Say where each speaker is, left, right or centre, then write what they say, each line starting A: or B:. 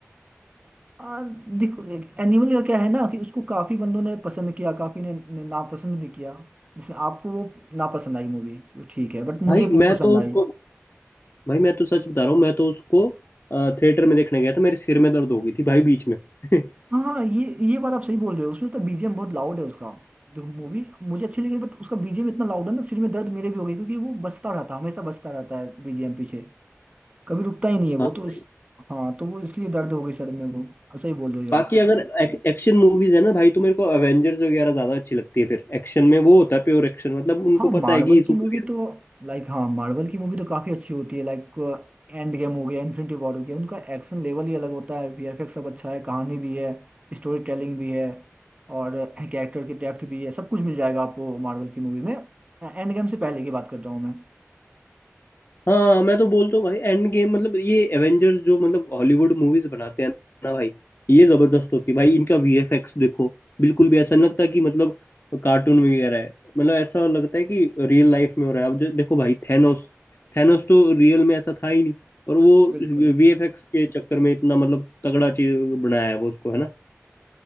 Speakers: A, on the right (about 25°); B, on the left (about 45°).
A: आ, देखो एनिमल का क्या है ना कि उसको काफी बंदों ने पसंद किया काफी ने, ने नापसंद भी किया जिसमें आपको वो नापसंद आई मूवी ठीक है बट
B: भाई
A: मुझे वो
B: मैं
A: पसंद
B: तो
A: आई
B: उसको भाई मैं तो सच बता रहा हूँ मैं तो उसको थिएटर में देखने गया था मेरे सिर में दर्द हो गई थी भाई बीच में <laughs>
A: हाँ ये ये बात आप सही बोल रहे हो उसमें तो बीजीएम बहुत लाउड है उसका देखो मूवी मुझे अच्छी लगी बट उसका बीजीएम इतना लाउड है ना सिर में दर्द मेरे भी हो गई क्योंकि वो बजता रहता है हमेशा बजता रहता है बीजीएम पीछे कभी रुकता ही नहीं है वो
B: हाँ
A: तो इस हाँ तो वो इसलिए दर्द हो गई सर में वो सही बोल रहे हो यार
B: बाकी
A: आप
B: अगर एक, एक्शन मूवीज है ना भाई तो मेरे को एवेंजर्स वगैरह ज्यादा अच्छी लगती है फिर एक्शन में वो होता है प्योर एक्शन मतलब उनको
A: हाँ
B: पता
A: मार्वल
B: है कि
A: की
B: सुपर
A: मूवी तो लाइक हाँ मार्वल की मूवी तो काफी अच्छी होती है लाइक एंड गेम हो गया इन्फिनिटी वॉर हो गया उनका एक्शन लेवल ही अलग होता है वीएफएक्स सब अच्छा है कहानी भी है स्टोरी टेलिंग भी है और कैरेक्टर की डेप्थ भी है सब कुछ मिल जाएगा आपको मार्वल की मूवी में एंड गेम से पहले की बात कर रहा हूँ मैं
B: हाँ मैं तो बोलता हूँ भाई एंड गेम मतलब ये एवेंजर्स जो मतलब हॉलीवुड मूवीज बनाते हैं ना भाई ये जबरदस्त होती है भाई इनका वीएफएक्स देखो बिल्कुल भी ऐसा नहीं लगता कि मतलब कार्टून वगैरह है मतलब ऐसा लगता है कि रियल लाइफ में हो रहा है अब जो देखो भाई थैनोस थैनोस तो रियल में ऐसा था ही नहीं पर वो
A: बिल्कुल
B: वीएफएक्स के चक्कर में इतना मतलब तगड़ा चीज बनाया है वो उसको है ना